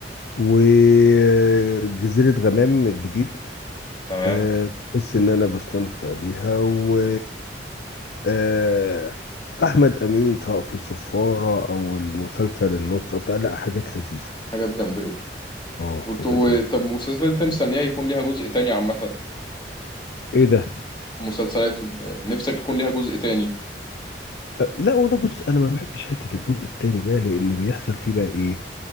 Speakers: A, on the left; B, on the left.
A: وجزيرة غمام الجديد
B: تمام
A: آه، بحس ان انا بستمتع بيها و آه، احمد امين سواء في الصفاره او المسلسل النص او بتاع لا حاجات لذيذه
B: حاجات جامدة جدا
A: اه حاجات
B: وت- و-
A: لذيذه
B: طب مسلسلات انت مستنيها يكون ليها جزء تاني عامة
A: ايه ده
B: مسلسلات نفسك يكون ليها جزء تاني
A: آه، لا والله بص انا ما بحبش حته الجزء الثاني ده لان بيحصل فيه بقى ايه